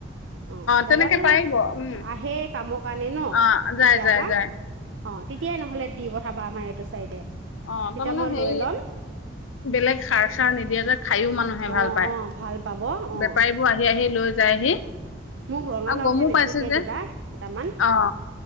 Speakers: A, on the right; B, on the left.
A: অ দাদাটো
B: তেনেকে পাৰিব উম
A: আহে কামৰ কাৰণে ন?
B: অ যায়
A: কেতিয়াবা,
B: যায় যায়
A: অ', তেতিয়াই নহলে দিব প ধাবা আমাৰ এইটো চাইডে
B: অ
A: তেতিয়া
B: তাৰমানে
A: মই লৈ
B: সেই
A: ল'ম
B: বেলেগ সাৰ চাৰ নিদিয়া যে খায়ো মানুহে
A: অঁ
B: ভাল পাই।
A: অঁ ভাল পাব অঁ
B: বেপাৰীবোৰে আহি লৈ যাইহি।
A: মোক ৰঙালাওহে
B: আৰু গমো
A: বেছিকৈ
B: পাইছো যে
A: দিবা কেইটামান
B: অ